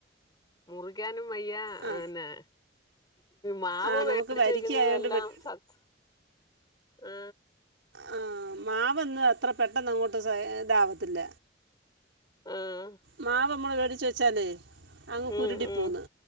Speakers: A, on the left; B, on the right.
A: മുറിക്കാനും വയ്യന്നെ
B: ആ
A: മാവ്
B: ആ
A: വേടിച്ച
B: നമുക്ക് വരിക്കയായോണ്ട്
A: വെക്കുന്നതെല്ലാം
B: വെട്ടി
A: സത് ആ
B: ആ മാവന്ന് അത്ര പെട്ടെന്ന് അങ്ങോട്ട് ഇതാവത്തില്ല
A: ആഹ്
B: മാവ്മ്മള മേടിച്ച വെച്ചാലേ അങ്ങ്
A: ഉം
B: കുരുടി
A: ഉം
B: പോന്ന്